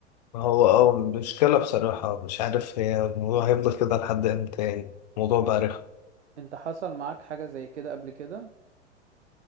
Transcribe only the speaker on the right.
انت حصل معاك حاجة زي كده قبل كده